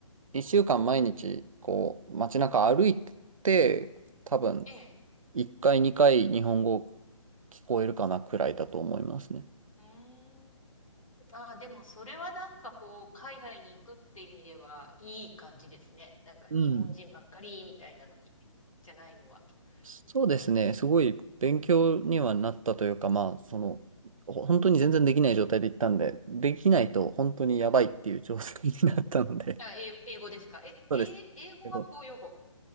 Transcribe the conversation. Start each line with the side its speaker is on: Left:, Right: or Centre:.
Right: 1週間毎日、こう、街中歩いて、多分、
Left: ええ。
Right: 1回、2回日本語聞こえるかなくらいだと思いますね。
Left: うーん。ああ、でも、それはなんかこう、海外に行くって意味では、いい感じですね。なんか、
Right: うん。
Left: 日本人ばっかりみたいなのに、じゃないのは。
Right: そうですね。
Left: ええ
Right: すごい勉強にはなったというか、まあ、その、ほ本当に全然できない状態で行ったんで、できないと本当にやばいっていう状態になったので。
Left: あ、英英語ですかえ、
Right: そうです。
Left: 英英語は公用語。
Right: 英語。